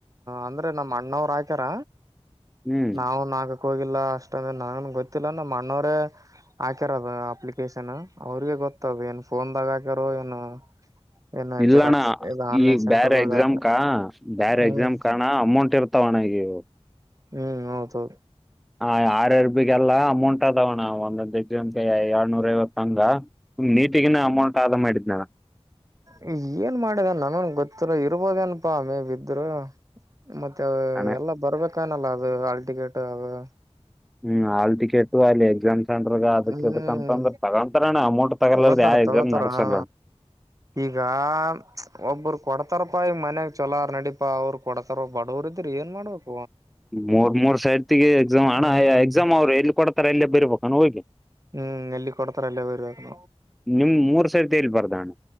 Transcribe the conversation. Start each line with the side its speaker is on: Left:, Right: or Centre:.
Right: ಅಂದ್ರೆ ನಮ್ಮ್ ಅಣ್ಣವರು ಆಕ್ಯಾರ
Centre: ಹ್ಮ್
Right: ನಾವು ನಾಗ ಹೋಗಿಲ್ಲ ಅಷ್ಟಂದ್ರೆ ನನಗ ಗೊತ್ತಿಲ್ಲ ನಮ್ಮ ಅಣ್ಣವರೇ ಹಾಕ್ಯಾರದು ಅಪ್ಲಿಕೇಶನ್ ಅವ್ರಿಗೆ ಗೊತ್ತದು ಏನು ಫೋನ್ದಾಗ ಹಾಕ್ಯಾರೋ ಏನು ಏನ
Centre: ಇಲ್ಲಣ್ಣ
Right: ಜೆರಾಕ್ಸ್ ಇದು ಆನ್ಲೈನ್
Centre: ಈಗ
Right: ಸೆಂಟರ್ಗೆ
Centre: ಬೇರೆ
Right: ಹೋದಾಗ
Centre: ಎಕ್ಸಾಮ್ ಕ ಬೇರೆ
Right: ಹ್ಮ್
Centre: ಎಕ್ಸಾಮ್ ಕಣ ಅಮೌಂಟ್ ಇರ್ತಾವಣ್ಣ ಈಗ ಎವಾಗ್
Right: ಹ್ಮ್ ಹೌದ್ ತೊಗೋರಿ.
Centre: ಹ ಆರ್ ರ್ ಬಿಗೆಲ್ಲ ಅಮೌಂಟ್ ಅದಾವಣ್ಣ ಒಂದೊಂದು ಎಕ್ಸಾಮ್ ಕೆ ಎರಡ್ನೂರ್ ಐವತ್. ಹಂಗ ನೀಟಿಗಿನ ಅಮೌಂಟ್ ಆದ ಮಾಡಿದ್ನಾನ.
Right: ಹ್ಮು ಏನ್ ಮಾಡಿದ ನನಗ್ ಗೊತ್ತಿಲ್ಲ ಇರ್ಬೋದೇನಪಾ ಮೇಬಿ ಇದ್ರ. ಮತ್ತೆ
Centre: ಹಣ
Right: ಎಲ್ಲ ಬರ್ಬೇಕನಲ್ಲ ಅದು ಹಾಲ್ ಟಿಕೆಟ್ ಅದು.
Centre: ಹ್ಮ್ ಆಲ್ ಟಿಕೆಟು ಅಲ್ಲಿ ಎಕ್ಸಾಮ್ ಸಂಟರ್ಗ ಅದಕ್
Right: ಹ್ಮ್
Centre: ಇದಕ್ ಅಂತಂದ್ರ ತಗಂತರಣ್ಣ ಅಮೌಂಟ್ ತಗಲಾರ್ದ
Right: ತಗೋತಾರ
Centre: ಯಾವ
Right: ತಗೋತಾರ
Centre: ಎಕ್ಸಾಮ್ ನಡ್ಸಲ್ಲ
Right: ಅ ಈಗ ಮ್ಚ್ ಒಬ್ ಕೊಡ್ತಾರಪ್ಪಾ ಈಗ್ ಮನ್ಯಾಗ್ ಚೊಲೋ ಆರ ನಡೀ ಪಾ ಅವ್ರು ಕೊಡತಾರ ಬಡವ್ರ ಇದ್ರ ಏನ್ ಮಾಡ್ಬೇಕ್.
Centre: ಮೂರ್ ಮೂರ್ ಸರತಿಗೆ ಎಕ್ಸಾಮ್ ಅಣ್ಣ
Right: ಹ್ಮ್
Centre: ಎಕ್ಸಾಮ್ ಅವ್ರು ಎಲ್ಲಿ ಕೊಡ್ತಾರ ಅಲ್ಲಿ ಬರ್ಬೇಕಾನ ಹೋಗಿ.
Right: ಹ್ಮ್ ಎಲ್ಲಿ ಕೊಡ್ತರ ಅಲ್ಲೇ ಬರೀಬೇಕು.
Centre: ನಿಮ್ ಮೂರ್ ಸರ್ತಿ ಎಲ್ಲಿ ಬರ್ದಣ